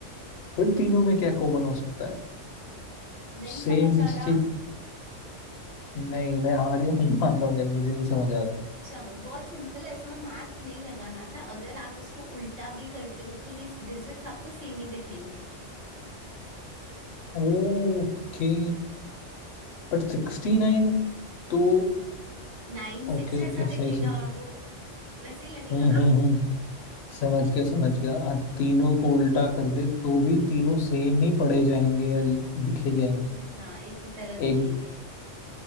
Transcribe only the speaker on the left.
फिर तीनों में क्या कॉमन हो सकता है
सेम
किसी
नहीं मैं हार ही हूँ <laughs> मान रहा हूँ यार मुझे नहीं समझ आ रहा
ओके बट सिक्सटी नाइन तो
ओके
ओके सही
सही
हम्म
हम्म हम्म समझ गया समझ गया और तीनों को उल्टा कर दे तो भी तीनों सेम ही पढ़े जाएंगे या दिखे जाएंगे
एक